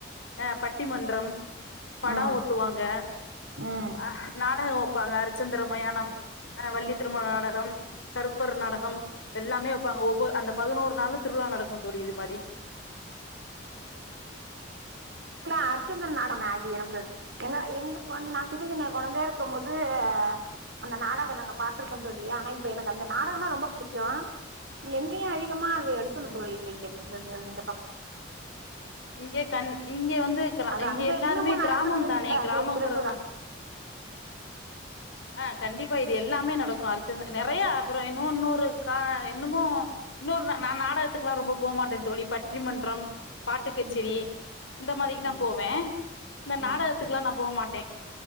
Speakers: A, on the left; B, on the right.
A: ஆ பட்டி மன்றம் பட
B: ஆ
A: ஓட்டுவாங்க
B: ஆ ம்
A: அ நாடக வப்பாங்க அரிச்சந்திர மயானோ அ வள்ளி திருமண நாடகம் கருப்பர் நாடக எல்லாமே வப்பாங்க ஒவ்வொரு அந்த பதினோரு நாளு திருவிழா நடக்கு தோழி இது மாரி
B: இல்ல அர்ச்சந்திர நாடோ நவி எனக்கு எங்க எங்களுக்கு வந்து நா சின்ன சின்ன கொழந்தைய இருக்க போது அந்த நாடகத்த நாங்க பாத்திருக்கோ தோழி ஆனா இப்ப எனக்கு அந்த நாடகனா ரொம்ப பிடிக்கு எங்கேயு அதிகமா அது எடுத்துணு
A: ம்
B: தோழி இப்ப இங்க இந்த இந்த இந்த பக்
A: இங்க கண் இங்க வந்து க
B: அது
A: இங்க
B: அங்க
A: எல்லாருமே
B: இன்னுமா நடக்குதுங்கிறீங்கல்ல
A: கிராமோ தானே
B: அது
A: கிராமங்கிறன
B: ஒரு சிறப்பு
A: ஆ கண்டிப்பா இது எல்லாமே நடக்கு அரிச்சந்த நெறைய அப்பறோ இன்னு இன்னொரு கா என்னுமோ இன்னொருனா நா நாடகத்துக்குல்லா ரொம்ப போ மாட்டே தோழி பற்றி மன்றோ பாட்டு கச்சேரி
B: ம்
A: இந்த மாரிக்கு
B: ம்
A: நா போவே இந்த
B: ம்
A: நாடகத்துக்குல்லா நா போ மாட்டே